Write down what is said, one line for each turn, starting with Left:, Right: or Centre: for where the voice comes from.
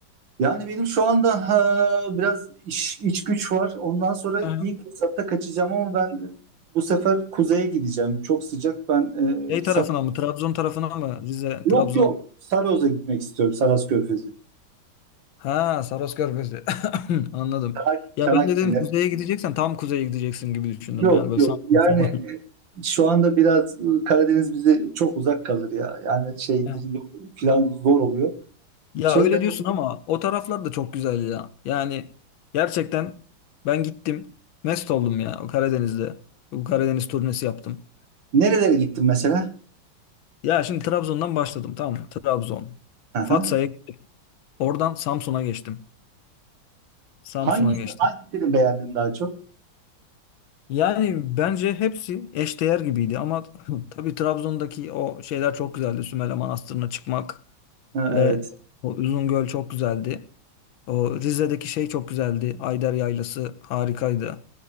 Right: Yani benim şu anda ha, biraz iş, iç güç var. Ondan sonra
Left: Aha.
Right: ilk fırsatta kaçacağım ama ben e, bu sefer kuzeye gideceğim. Çok sıcak. Ben e,
Left: Şey
Right: bir
Left: tarafına mı? Trabzon tarafına mı? Rize,
Right: Yok
Left: Trabzon.
Right: yok. Saros'a gitmek istiyorum. Saros Körfezi.
Left: Ha, Saros Körfezi. <laughs> <coughs> Anladım.
Right: Çanak,
Left: Ya
Right: Çanakkale.
Left: ben de dedim kuzeye gideceksen tam kuzeye gideceksin gibi düşündüm
Right: Yok
Left: yani böyle
Right: yok.
Left: Samsun
Right: Yani
Left: falan.
Right: e,
Left: <laughs>
Right: şu anda biraz e, Karadeniz bize çok uzak kalır ya. Yani şeydir
Left: Ya
Right: yol falan zor oluyor.
Left: Ya
Right: Şeyde
Left: öyle diyorsun ama o taraflar da çok güzel ya. Yani gerçekten ben gittim. Mest oldum ya o Karadeniz'de. Bu Karadeniz turnesi yaptım.
Right: nerelere gittin mesela?
Left: Ya şimdi Trabzon'dan başladım tamam mı? Trabzon.
Right: Aha.
Left: Fatsa'ya oradan Samsun'a geçtim. Samsun'a
Right: Hangisi,
Left: geçtim.
Right: hangisini beğendin daha çok?
Left: Yani bence hepsi eşdeğer gibiydi ama <laughs> tabii Trabzon'daki o şeyler çok güzeldi. Sümele Manastırı'na çıkmak.
Right: Ha,
Left: Ve
Right: evet.
Left: o uzun çok güzeldi. O Rize'deki şey çok güzeldi. Ayder Yaylası harikaydı.